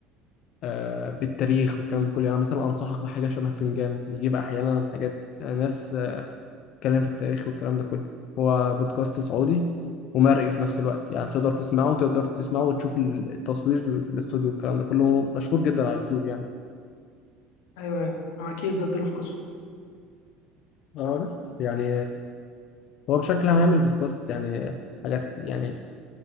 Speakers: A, on the left; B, on the left.
A: آه، بالتاريخ والكلام ده كله يعني مثلا انصحك بحاجه شبه فنجان بيجيب احيانا حاجات آه، ناس آه، بتتكلم في التاريخ والكلام ده كله هو بودكاست سعودي ومرئي في نفس الوقت يعني تقدر تسمعه وتقدر تسمعه وتشوف التصوير في الاستوديو والكلام ده كله مشهور جدا على اليوتيوب يعني
B: ايوه ايوه آه، اكيد ده اديله فرصة
A: اه بس يعني هو بشكل عام البودكاست يعني حاجات يعني